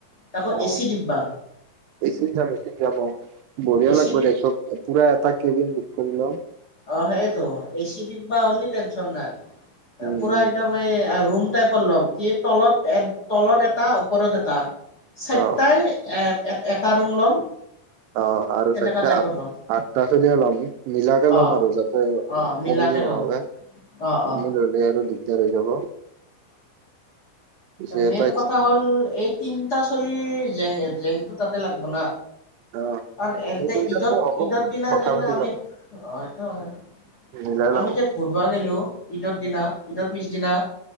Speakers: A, on the left; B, on the right.
A: তাকো
B: অ'
A: এচি ডিব্বা
B: এ চিত যাম। এ চিত যাম অ'। বঢ়িয়া
A: এচি
B: লাগব
A: ডি
B: দে, চব পুৰা এটা কেবিন বুক কৰি লম।
A: অ' সেয়েটো। এ চি ডিব্বা হ'লি টেনছন নাই।
B: উম
A: পুৰা
B: উম
A: একদম এই ৰুম টাইপৰ ল'ম। কি, তলত এ- তলত এটা, ওপৰত এটা। চাৰিটাই
B: অ
A: এ এট- এটা ৰুম ল'ম।
B: অ' আৰু
A: তেনেকা
B: চাৰিটা
A: টাইপত
B: আঠ-
A: ল'ম
B: আঠটা চলিয়ে ল'ম নি? নিলা লম
A: অ
B: আৰু যাতে,
A: অ মিলাকে
B: অমিল নহ'লে,
A: ল'ম অ অ
B: অমিল হ'লে <unintelligible> দাৰ হৈ যাব? পিছে
A: এতিয়া
B: এটা
A: মেইন কথা হ'ল, এই তিনটা চলিৰ জেং- জেং তাতে লাগব' না?
B: অ
A: কাৰণ এনতে
B: সেই তিনিটাতো
A: ঈদত-
B: হ'ব
A: ঈদত দিনা
B: কথা
A: যে
B: পাতি
A: আমি,
B: লম
A: অ' সেইটো হয়।
B: মিলাই
A: আমি
B: লম
A: যে ঘূৰবা গে'লো ঈদৰ দিনা, ঈদৰ পিছদিনা।